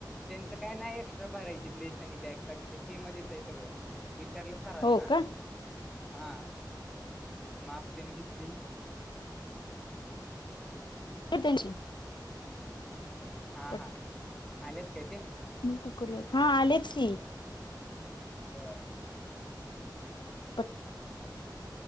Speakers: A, in the centre; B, on the left.
A: त्यांचं काय नाही एक्स्ट्रा भरायची ड्रेस आणि बॅग साठी ते फि मध्येच आहे सगळं विचारलं. सरांना
B: हो का
A: हा मग माप तेन घेतली.
B: त्यांची
A: हा
B: पट
A: हा आलेत काय ते,
B: मग कुकर लावते हा आलेच की.
A: बर! !
B: <inaudible>